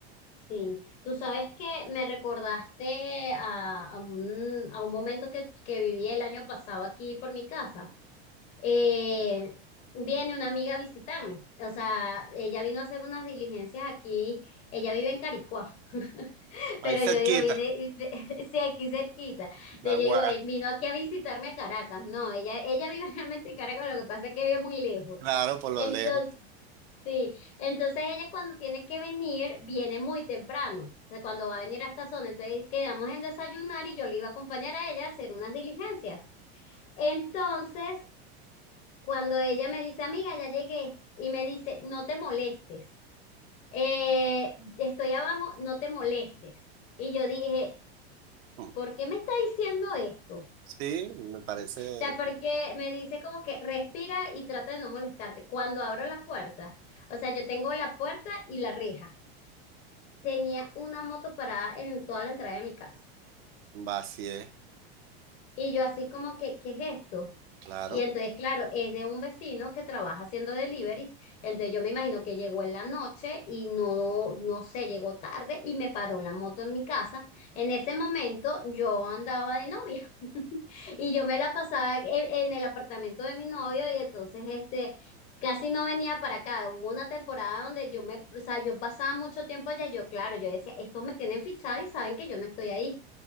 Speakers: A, on the left; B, on the right.
A: Sí, tú sabes que me recordaste a, a un, a un momento que, que viví el año pasado aquí por mi casa. eh, viene una amiga a visitarme. O sea, ella vino a hacer unas diligencias aquí. Ella vive en Caricuá, <laughs>
B: Ahí
A: pero
B: cerquita,
A: yo digo, viene, <laughs> sí, aquí cerquita. Entonces
B: la Guara,
A: yo digo, eh, vino aquí a visitarme a Caracas. No, ella, ella vive <laughs> realmente en Caracas, lo que pasa es que vive muy lejos.
B: claro, por
A: Entonces,
B: lo lejos.
A: sí, entonces ella cuando tiene que venir, viene muy temprano. O sea, cuando va a venir a esta zona, entonces quedamos en desayunar y yo le iba a acompañar a ella a hacer unas diligencias. Entonces, cuando ella me dice, amiga, ya llegué, y me dice, no te molestes, eh, estoy abajo, no te molestes. Y yo dije,
B: Mm.
A: ¿por qué me está diciendo esto? O
B: Sí, me parece
A: sea, porque me dice como que respira y trata de no molestarte. Cuando abro la puerta, o sea, yo tengo la puerta y la reja. Tenía una moto parada en toda la entrada de mi casa.
B: vacío,
A: Y yo así como que, ¿qué es esto?
B: claro,
A: Y entonces, claro, es de un vecino que trabaja haciendo deliveries. Entonces, yo me imagino que llegó en la noche y no, no sé, llegó tarde y me paró la moto en mi casa. En ese momento, yo andaba de novia <laughs> y yo me la pasaba en, en el apartamento de mi novio y entonces, este, casi no venía para acá. Hubo una temporada donde yo me, o sea, yo pasaba mucho tiempo allá. Yo, claro, yo decía, estos me tienen fichada y saben que yo no estoy ahí.